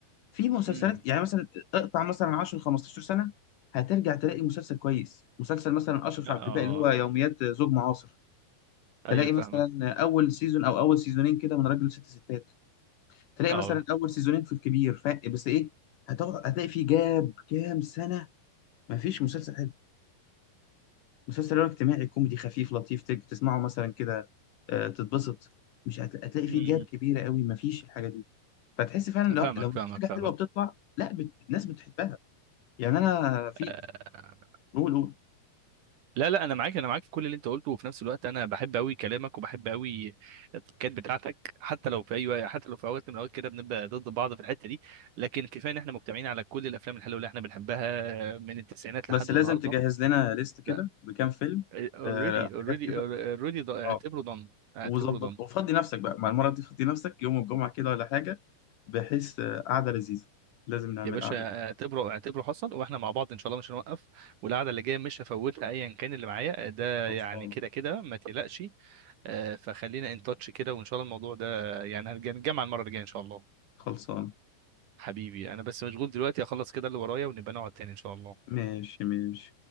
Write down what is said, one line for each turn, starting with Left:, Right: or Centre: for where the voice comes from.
Left: في مسلسلات
Right: امم
Left: يعني مثلا اقطع مثلا 10 15 سنه هترجع تلاقي مسلسل كويس مسلسل مثلا اشرف
Right: اه
Left: عبد الباقي اللي هو يوميات زوج معاصر تلاقي
Right: ايوه فاهمك
Left: مثلا اول سيزون او اول سيزونين كده من راجل ست ستات تلاقي
Right: اه
Left: مثلا اول سيزونين في الكبير ف... بس ايه هتقعد هتلاقي في جاب كام سنه ما فيش مسلسل حلو مسلسل اللي هو اجتماعي كوميدي خفيف لطيف تج- تسمعه مثلا كده آه، تتبسط مش هت... هتلاقي في
Right: امم
Left: جاب كبيره قوي ما فيش الحاجه دي فتحس فعلا لو
Right: فاهمك
Left: لو في
Right: فاهمك
Left: حاجه
Right: فاهمك
Left: حلوه بتطلع لا بت... الناس بتحبها يعني انا في
Right: امم
Left: قول قول
Right: لا لا انا معاك انا معاك في كل اللي انت قلته وفي نفس الوقت انا بحب قوي كلامك وبحب قوي التكات بتاعتك حتى لو في اي حتى لو في اوقات من الاوقات كده بنبقى ضد بعض في الحته دي لكن كفايه ان احنا مجتمعين على كل الافلام الحلوه اللي احنا بنحبها من التسعينات
Left: بس
Right: لحد
Left: لازم
Right: النهارده
Left: تجهز لنا ليست كده
Right: لا
Left: بكام فيلم
Right: اوريدي
Left: آه،
Right: اوريدي
Left: حاجات كده
Right: اوريدي اعتبره
Left: آه،
Right: دون اعتبره
Left: وظبط
Right: دون
Left: وفضي نفسك بقى مع المرة دي فضي نفسك يوم الجمعة كده ولا حاجة بحيث آه، قعدة لذيذة لازم نعمل
Right: يا باشا
Left: قعدة لذيذة
Right: اعتبره اعتبره حصل واحنا مع بعض ان شاء الله مش هنوقف والقعده اللي جايه مش هفوتها ايا كان اللي معايا ده
Left: خلصانة
Right: يعني كده كده ما تقلقش آه، فخلينا ان تاتش كده وان شاء الله الموضوع ده يعني هنرجع نتجمع المره الجايه ان شاء الله
Left: خلصانة
Right: حبيبي انا بس مشغول دلوقتي اخلص كده اللي ورايا ونبقى نقعد تاني ان شاء الله
Left: ماشي ماشي